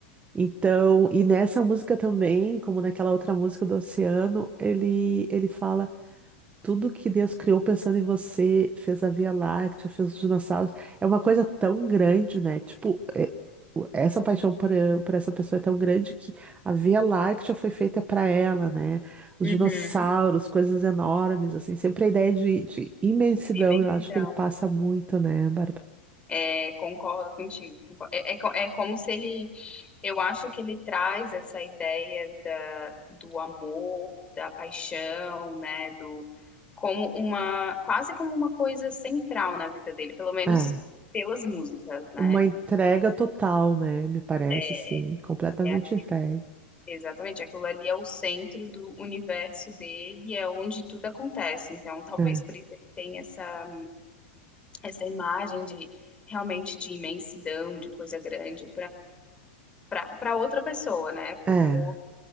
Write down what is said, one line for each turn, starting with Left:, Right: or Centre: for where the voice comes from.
Right: Então, e nessa música também, como naquela outra música do Oceano, ele, ele fala. Tudo que Deus criou pensando em você, fez a Via Láctea, fez os dinossauros, é uma coisa tão grande, né? Tipo, é- o- essa paixão por, por essa pessoa é tão grande que a Via Láctea foi feita para ela, né? Os
Left: Uhum.
Right: dinossauros, coisas enormes, assim, sempre a ideia de, de imensidão,
Left: Imensidão.
Right: eu acho que ele passa muito, né, Bárbara?
Left: É, concordo contigo. Concor- É, é, co- é como se ele, eu acho que ele traz essa ideia da, do amor, da paixão, né, do como uma, quase como uma coisa central na vida dele, pelo menos
Right: ah
Left: pelas músicas, né?
Right: uma entrega total, né? Me parece,
Left: É,
Right: assim, completamente
Left: é aqui,
Right: entregue.
Left: exatamente, aquilo ali é o centro do universo dele, é onde tudo acontece. Então, talvez
Right: É,
Left: por isso ele tenha essa essa imagem de realmente de imensidão, de coisa grande para para outra pessoa, né? Para
Right: é,
Left: outro,